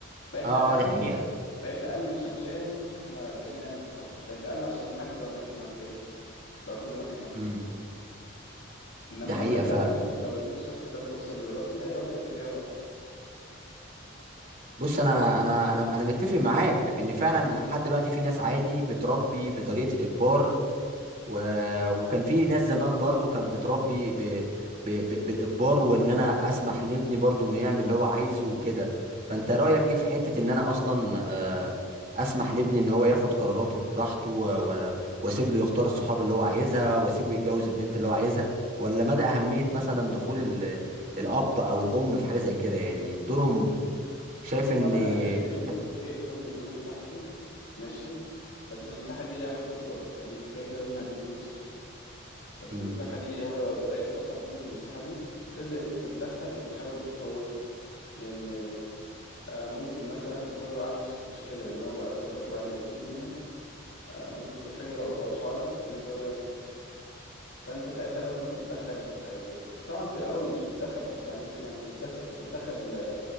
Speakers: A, on the left; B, on the right.
A: بقت
B: اه
A: أقل
B: آه، دي حقيقه
A: بقت اقل مش عشان احنا بقينا نعمل الصح بقت اقل عشان ما حدش بقى مركز مع التاني بقى كله مركز مع التليفونات
B: امم
A: انما
B: دي حقيقه
A: مثلا لو
B: فعلا
A: اديته لو اديت الشخص ده الفرصه انه يربي هيربي بالطريقه الغلط
B: بص انا
A: فانا
B: انا انا انا متفق معاك ان فعلا لحد دلوقتي في ناس عادي بتربي بطريقه الاجبار و... وكان في ناس زمان برضو كان بتربي ب... ب... ب... بالاجبار وان انا اسمح لابني برضو انه يعمل اللي هو عايزه وكده فانت
A: مم.
B: رايك ايه في حته ان انا اصلا آه، اسمح لابني ان هو ياخد قراراته براحته و... و... واسيب له يختار الصحاب اللي هو عايزها واسيبه يتجوز البنت اللي هو عايزها ولا مدى اهميه مثلا دخول ال... الاب او الام في حاجه زي كده يعني دورهم شايف
A: بص هو
B: ان
A: انا انا شايف ان انت
B: حته
A: الطبيعي تكون مديله مساحته ماشي بس المساحه دي ليها حدود برضه يعني انت كده كده لازم هتديله مساحته بس
B: مم.
A: المساحه دي هو لو بدا يتخطى حدوده في المساحه دي تبدا انت تتدخل وتحاول تقومه لان آه، ممكن مثلا هو يوقع نفسه في مشكله لان هو خبرته اقل بكتير منك آه، ممكن تكون حاجه واضحه لك بالنسبه له هي مش واضحه فانت ساعتها لازم تتدخل ب- ب- طبعا في الاول مش بتتدخل بشكل عنيف يعني بتتدخل بتتدخل